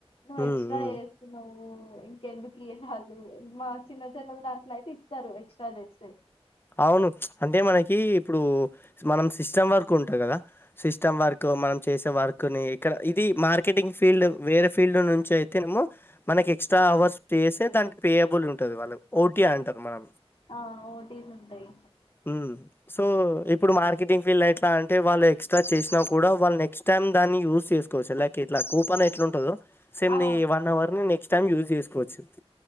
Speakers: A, on the left (about 65°); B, on the left (about 20°).
A: నువ్
B: ఉమ్,
A: ఎక్స్ట్రా
B: ఉమ్.
A: చేస్ నువ్వు ఇంకెందుకు ఇయ్యరాలు మా చిన్న చెల్లెలు దాంట్లో అయితే ఇస్తారు ఎక్స్ట్రా చేస్తే
B: అవును అంటే మనకి ఇప్పుడు మనం సిస్టమ్ వర్క్ ఉంట గదా సిస్టమ్ వర్క్ మనం చేసే వర్క్ని ఇక్కడ ఇది మార్కెటింగ్ ఫీల్డ్ వేరే ఫీల్డ్ నుంచి అయితే నేమో మనక్ ఎక్స్ట్రా అవర్స్ పేస్తే దానికి పేయబుల్ ఉంటది వాళ్ళు ఓటీ అంటరు మనం
A: ఆ ఓటీస్ ఉంటయ్
B: ఉమ్ సో ఇప్పుడు మార్కెటింగ్ ఫీల్డ్ ఎట్లా అంటే వాళ్ళు ఎక్స్ట్రా చేసినా కూడా వాళ్ నెక్స్ట్ టమ్ దాన్ని యూస్ చేసుకోవచ్చు లైక్ ఇట్లా కూపన్ ఎట్ల ఉంటదో సేమ్
A: ఆ
B: నీ వన్ అవర్ ని నెక్స్ట్ టైం యూజ్ చేసుకోవచ్చు